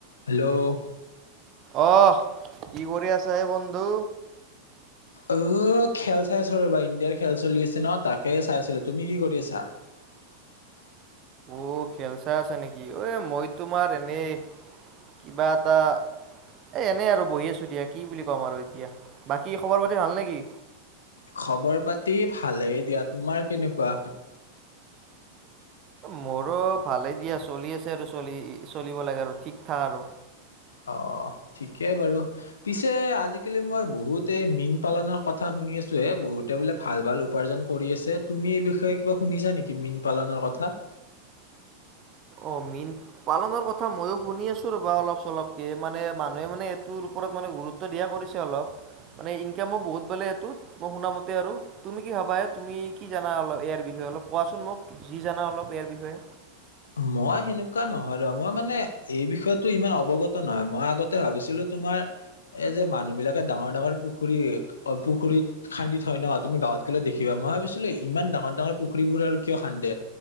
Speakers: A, on the left; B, on the right.
A: Hello,
B: অহ, কি কৰি আছা হে বন্ধু?
A: ঔহ, খেল চাই আছো ৰ'বা ইণ্ডিয়াৰ খেল চলি আছে ন' তাকে চাই আছিলো তুমি কি কৰি আছা? <unintelligible> <inaudible>
B: অ', খেল চাই আছে নেকি এ মই তোমাৰ এনেই কিবা এটা এ' এনেই আৰু বহি আছো দিয়া কি বুলি ক'ম আৰু এতিয়া বাকী খবৰ -পাতি ভাল নেকি?
A: খবৰ- পাতি ভালেই দিয়া তোমাৰ কেনেকুৱা?
B: মোৰো ভালেই দিয়া চলি আছে আৰু চলি চলিব লাগে আৰু ঠিক থাক আৰু।
A: অহ ঠিকেই বাৰু পিছে আজিকালি মই বহুত এই মীন-পালনৰ কথা শুনি আছো হে বহুত বহুতে বোলে ভাল -ভাল উপাৰ্জন কৰি আছে তুমি এই বিষয়ে কিবা শুনিছা নেকি মীন- পালনৰ কথা। <inaudible>
B: অ', মীন পালনৰ কথা ময়ো শুনি আছো ৰবা অলপ চলপকে মানে মানুহে মানে এইটোৰ ওপৰত মানে গুৰুত্ব দিয়া কৰিছে অলপ। মানে ইনকামো বহুত বোলে এইটোত মই শুনা মতে আৰু তুমি কি ভাবা এ তুমি কি জানা অল ইয়াৰ বিষয়ে? অলপ কোৱাচোন মোক যি জানা অলপ ইয়াৰ বিষয়ে?
A: মই সেনেকুৱা নহয় ৰ মই মানে এই বিষয়তো ইমান অৱগত নহয় মই আগতে ভাবিছিলো তোমাৰ এই যে মানুহ বিলাকে ডাঙৰ -ডাঙৰ পুখুৰী- পুখুৰীত খান্দি থয় ন' তুমি গাঁৱত গ'লে- দেখিবা মই ভাবিছিলো ইমান ডাঙৰ- ডাঙৰ পুখুৰীবোৰ আৰু কিয় খান্দে